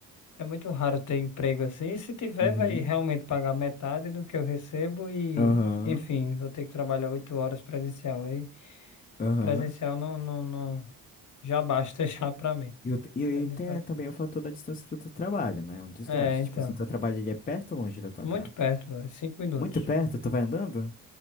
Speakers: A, on the left; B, on the left.
A: É muito raro ter emprego assim. E se tiver,
B: Uhum.
A: vai realmente pagar metade do que eu recebo e,
B: Aham,
A: enfim, vou ter que trabalhar oito horas presencial. Aí,
B: aham.
A: presencial não, não, não, já basta <laughs> já pra mim.
B: E, o- e
A: Quero de
B: tem
A: fato.
B: eh, também o fator da distância do teu trabalho, né? Um desgaste.
A: É, então,
B: Tipo assim, teu trabalho ele é perto ou longe da tua
A: muito
B: casa?
A: perto, véio, cinco minutos.
B: Muito perto? Tu vai andando?